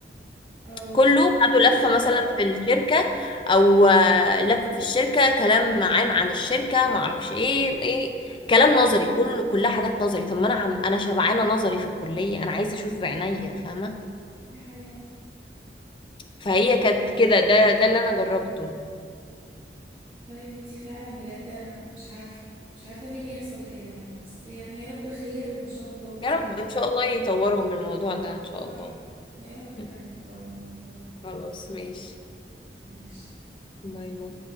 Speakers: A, on the right; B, on the left.
A: أو
B: كله خدوا
A: دي
B: لفة
A: مشكلة
B: مثلا
A: بقى
B: في الشركة او آه، لفة في الشركة كلام عام عن الشركة معرفش ايه ايه كلام نظري كل كلها حاجات نظري طب ما انا عم انا شبعانة نظري في الكلية انا عايزة اشوف بعينيا فاهمة
A: دي حقيقة
B: فهي كانت كده ده ده اللي انا جربته
A: طيب انتي فعلا بجد أنا مش عارفة مش عارفة ليه بيحصل كده يعني بس يعني يا رب خير وإن شاء الله بجد
B: يا رب ان شاء الله يطوروا من الموضوع ده ان شاء
A: صح
B: الله
A: يا رب فعلا
B: <laughs>
A: تطور الموضوع ده.
B: خلاص ماشي
A: ماشي
B: باي باي